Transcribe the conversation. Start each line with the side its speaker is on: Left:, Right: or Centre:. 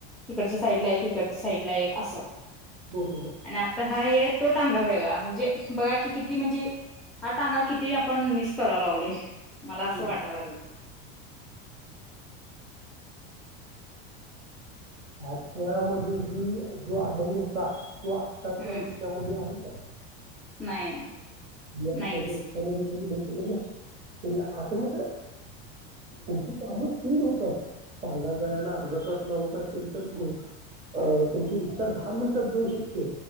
Centre: तिकडच्या साईडला एक, इकडच्या साईडला एक, असं,
Right: हो हो
Centre: आणि आता हा एक तो टांगा वेगळा, म्हणजे बघा की किती म्हणजे. हा टांगा किती आपण मिसं कराय लागलोय. मला असं
Right: हम
Centre: वाटायला
Right: <unintelligible>
Centre: लागले
Right: हां, त्यामध्ये ही जो आनंद होता तो. आत्ताच्या
Centre: हम्म
Right: रिक्षामध्ये आहे का?
Centre: नाही, नाही.
Right: जे आताच्या
Centre: नाहीच
Right: रिक्षा मध्ये जरी बसले ना, तरी आत मध्ये. तुमची काम स्पिड होतात. टांगा जायाला अर्धा तास लावत असेल तर ग. अ तुमची रिक्षा दहा मिनिटात जाऊ शकते.